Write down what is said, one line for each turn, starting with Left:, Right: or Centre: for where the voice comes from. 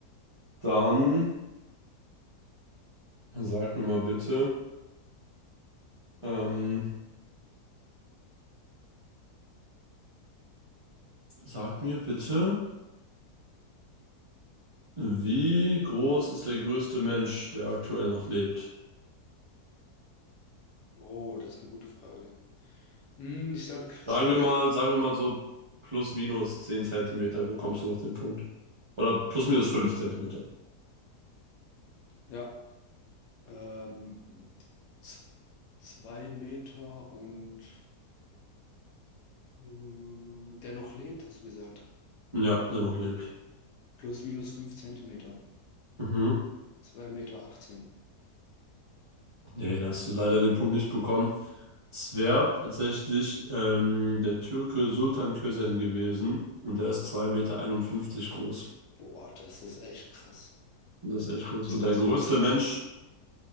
Right: Dann sag mir mal bitte, ähm, sag mir bitte, wie groß ist der größte Mensch, der aktuell noch lebt?
Left: Oh, das ist eine gute Frage. Hm, ich sag,
Right: Sagen wir mal, sagen wir mal so plus minus 10 Zentimeter bekommst du noch den Punkt. Oder plus minus 5 Zentimeter.
Left: ja, ähm, z- zwei Meter und äh, der noch lebt, hast du gesagt.
Right: Ja, der noch lebt.
Left: Plus minus fünf Zentimeter.
Right: Mhm.
Left: Zwei Meter achtzehn.
Right: Nee, da hast du leider den Punkt nicht bekommen. Es wäre tatsächlich ähm, der Türke Sultan Kösen gewesen und der ist zwei Meter einundfünfzig groß.
Left: Boah, das ist echt krass.
Right: Und das ist echt groß.
Left: Das
Right: Und
Left: war
Right: der
Left: so
Right: größte
Left: groß.
Right: Mensch,